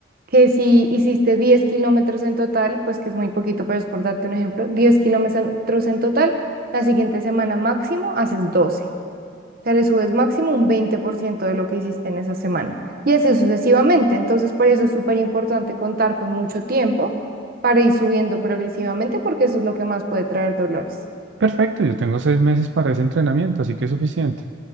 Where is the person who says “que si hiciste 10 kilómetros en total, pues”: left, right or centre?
Right